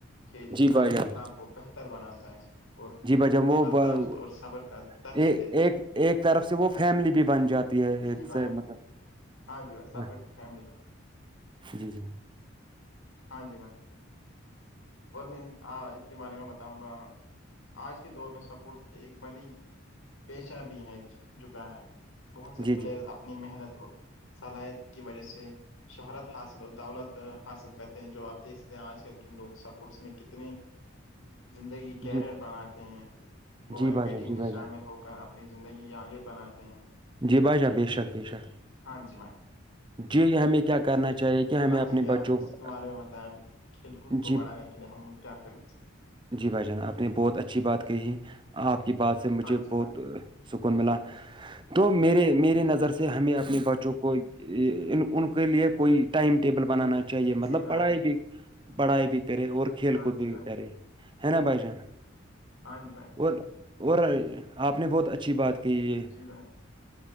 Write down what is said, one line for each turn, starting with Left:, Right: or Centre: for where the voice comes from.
Left: کھیل انسانی
Right: جی بھائی جان
Left: اخلاق کو بہتر بناتا ہے اور
Right: جی بھائی جان وہ
Left: برداشت
Right: ب-
Left: اور صبر کا درس
Right: ایک
Left: دیتا
Right: ایک
Left: ہے
Right: ایک طرف سے وہ فیملی بھی بن جاتی ہے
Left: جی
Right: ایک
Left: بھائی
Right: سے مطلب
Left: ہاں جی میں سپورٹ
Right: ہ
Left: فیملی میں جی،
Right: جی جی
Left: ہاں جی میںی اور میں اس کے بارے میں بتاؤں گا آج کے دور میں سپ ایک بڑی پیشہ بھی ہے جکا ہے بہت سے
Right: جی جی
Left: پلیئر اپنی محنت اور سلحت کی وجہ سے شہرت حاصل اور دولت حاصل کرتے ہیں جو آپ دیکھ ستے ہیں آج کل کے لوگ سب س میں کتنی زندگی کیریئر
Right: جی
Left: بناتے ہیں وہ
Right: جی
Left: اکیڈمی
Right: بھائی جان جی
Left: میں
Right: بھائی
Left: شامل
Right: جان
Left: ہو کر اپ اپنی زندگی آگے بناتے ہیں
Right: جی بھائی جان بے شک بے شک
Left: ہاں جی میں
Right: جی ہمیں کیا
Left: اس
Right: کرنا چاہیے کہ ہمیں
Left: ہاں
Right: اپنے
Left: جی میں
Right: بچوں
Left: آپ اس
Right: کو
Left: کے بارے میں بتائیں کھیل کود کو
Right: جی
Left: بڑانے چ لیے ہم لوگ کیا کرنا چاہیے
Right: جی بھائی جان آپ نے بہت اچھی بات کہی آپ کی بات سے مجھے
Left: ہاں جی
Right: بہت
Left: میں
Right: سکون ملا تو میرے میے نظر سے ہمیں اپنے بچوں کو ان کے لیے کوئی ٹائم ٹیبل بنانا چاہیے
Left: جی
Right: مطلب
Left: بھائی
Right: پڑھائی بھی پڑھائی بھی کرے اور کھیل
Left: ہاں
Right: کود بھی
Left: جی بھائی
Right: بھی کرے ہے نا بائی جان
Left: ہاں جی بائی
Right: اور اور آپ نے بہت اچھی بات کہ یہ
Left: جی بھائی